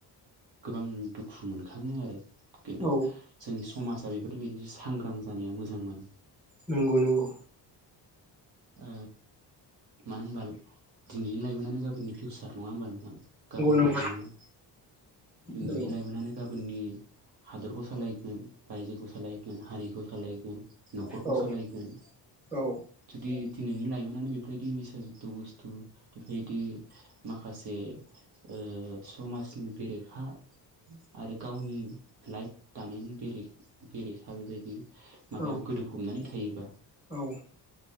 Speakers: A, on the right; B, in the centre.
A: गोबां दुखु मोनखाङो आरो खिन्थु
B: औ
A: जोंनि समाजा बेफोरनि बदि सांग्रां जानाया मोजां मोन
B: नंगौ- नंगौ
A: ओ मानो होनबा दिनैनि लाइमोनानो गाबोननि फिउसार नङा होमबा नोंथां? गाबोननि
B: नंगौ
A: इयुन दिनैनि
B: नंगौ
A: लाइमोनानो गाबोननि हादरखौ सालायगोन रायजोखौ सालायगोन हारि सालायगोन न'खरखौ
B: औ
A: सालायगोन।
B: औ
A: जुदि दिनैनि लाइमोनानो बेफोरबायदि निसा जुक्त' बुस्थ बेबायदि माखासे ओ समाजनि बेरेखा आरो गावनि लाइफ दानायनि बेेरे-बेरेखा बेबायदि माबायाव
B: औ
A: गोदोफबनानै थायोबा
B: औ